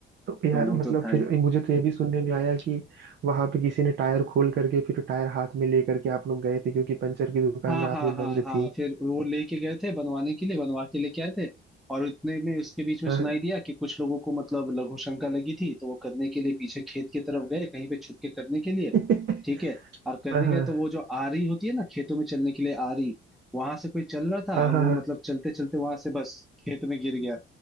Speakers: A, on the right; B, in the centre.
A: तो यार
B: तो वो
A: मतलब
B: तो था
A: फिर मुझे तो ये भी सुनने में आया कि वहां पे किसी ने टायर खोल करके फिर टायर हाथ में लेकर के आप लोग गए थे क्योंकि पंचर की दुकान
B: हाँ
A: रात
B: हाँ
A: में
B: हाँ
A: बंद
B: हाँ
A: थी
B: फिर वो लेके गए थे बनवाने के लिए बनवा के लेके आए थे और उतने में उसके बीच में
A: हाँ
B: सुनाई दिया कि कुछ लोगों को मतलब लघु शंका लगी थी तो वो करने के लिए पीछे खेत की तरफ गए कहीं पे छुप के करने के लिए
A: <laughs>
B: ठीक है और करने
A: हाँ हाँ
B: गए तो वो जो आरी होती है ना खेतों में चलने के लिए आरी वहां से कोई चल रहा था
A: हाँ
B: और
A: हाँ
B: वो
A: हाँ।
B: मतलब चलते चलते वहां से बस खेत में गिर गया